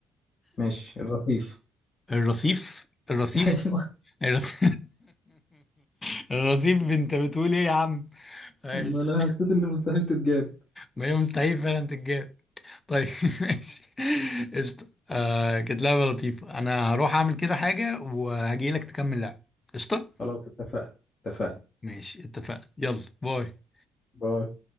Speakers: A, on the left (about 40°); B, on the left (about 25°).
A: ماشي الرصيف
B: الرصيف الرصيف
A: <laughs> ايوه
B: الرص- <laughs> الرصيف انت بتقول ايه يا عم ماشي
A: ما انا حسيت ان مستحيل تتجاب
B: ما هي مستحيل فعلا تتجاب طيب <laughs> ماشي قشطة آه كانت لعبة لطيفة انا هروح اعمل كده حاجة وهجيلك تكمل لعب قشطة
A: خلاص اتفقنا اتفقنا
B: ماشي اتفقنا يلا باي
A: باي